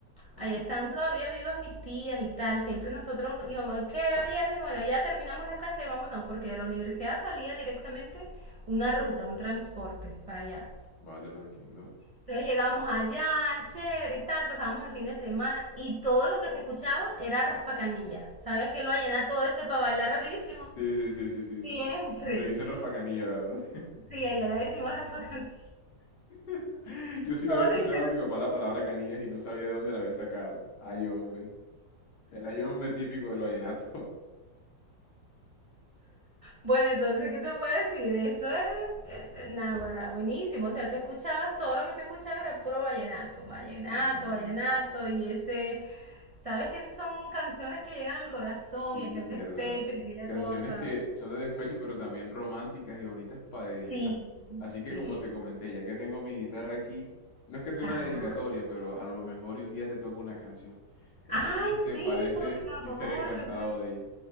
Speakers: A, on the left; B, on the right.
A: Ok,
B: Allá están todavía vivas mis tías y tal, siempre nosotros íbamos, que era viernes, bueno, ya terminamos la clase, vámonos, porque de la universidad salía directamente una ruta, un transporte para allá.
A: vale, lo entiendo.
B: Entonces llegábamos allá, chévere y tal, pasábamos el fin de semana y todo lo que se escuchaba era raspacanilla. ¿Sabes que lo va a llenar todo ese para bailar rapidísimo?
A: Sí, sí, sí, sí, sí, sí.
B: Siempre.
A: Le dicen Rafa Canilla, ¿verdad?
B: Sí, allá le decimos raspacanilla.
A: <laughs>
B: <laughs>
A: Yo sí
B: ¿Cómo
A: le había escuchado
B: le dicen?
A: a mi papá la palabra canillas y no sabía de dónde la había sacado. Ay, hombre. El ay, hombre típico del vallenato. <laughs>
B: Bueno, entonces, ¿qué te puedo decir? Eso es eh, eh, náguara, buenísimo. O sea, tú escuchabas, todo lo que te escuchaba era puro vallenato, vallenato,
A: No.
B: vallenato y ese... ¿Sabes que esas son canciones que llegan al corazón
A: Sí,
B: y aquel despecho
A: verdad.
B: y aquella
A: Canciones
B: cosa?
A: que son de despecho, pero también románticas y bonitas para dedicar.
B: Sí,
A: Así que
B: sí.
A: como te comenté, ya que tengo mi guitarra aquí, no es que sea
B: Ajá.
A: una dedicatoria, pero a lo mejor y un día te toco una canción. Entonces,
B: Ay,
A: si te
B: sí,
A: parece,
B: por favor,
A: yo estaría encantado
B: me parece,
A: de ella.